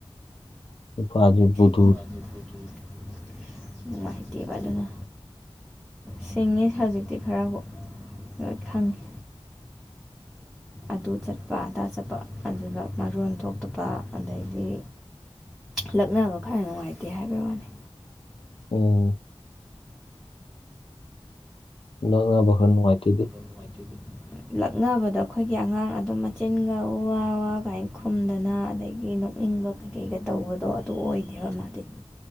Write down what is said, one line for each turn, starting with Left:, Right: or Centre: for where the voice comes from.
Left: ꯅꯨꯄꯥꯗꯤ ꯕꯨꯠ
Centre: <unintelligible> ꯅꯨꯡꯉꯥꯏꯇꯦꯕ ꯑꯗꯨꯅ ꯁꯤꯡꯉꯦ ꯍꯧꯖꯤꯛꯇꯤ ꯈꯔꯕꯨ ꯂꯣꯏ ꯈꯪꯉꯦ ꯑꯗꯨ ꯆꯠꯄ ꯑꯗꯥ ꯆꯠꯄ ꯑꯗꯨꯗ ꯃꯔꯣꯟ ꯊꯣꯛꯇꯄ ꯑꯗꯩꯗꯤ ꯂꯛꯅꯕ ꯈꯔ ꯅꯨꯡꯉꯥꯏꯇꯦ ꯍꯥꯏꯕꯩ ꯋꯥꯅꯤ
Left: ꯎꯝ ꯂꯛꯅꯕ ꯈꯔ ꯅꯨꯡꯉꯥꯏꯇꯦꯗꯤ
Centre: ꯅꯨꯡꯉꯥꯏꯇꯦꯗꯤ ꯂꯛꯅꯕꯗ ꯑꯩꯈꯣꯏꯒꯤ ꯑꯉꯥꯡ ꯑꯗꯨꯝ ꯃꯆꯤꯟꯒ ꯎꯋꯥ ꯎꯋꯥ ꯀꯥꯏ ꯈꯨꯝꯗꯅ ꯑꯗꯒꯤ ꯅꯤꯡꯕ ꯀꯩꯀꯩꯒ ꯇꯧꯕꯗꯣ ꯑꯗꯨ ꯑꯣꯏꯗꯦꯕ ꯃꯥꯗꯤ꯫